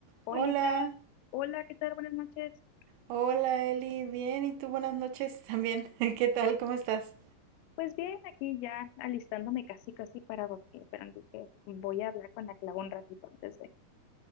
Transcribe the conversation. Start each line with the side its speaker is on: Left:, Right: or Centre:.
Left: Hola,
Right: Hola,
Left: Gla- hola, ¿qué tal? Buenas noches.
Right: hola Eli, bien, y tú buenas noches también. <laughs> ¿Qué tal? ¿Cómo estás?
Left: Pues bien, aquí ya alistándome casi casi para dormir, pero dije, voy a hablar con la Clau un ratito antes de.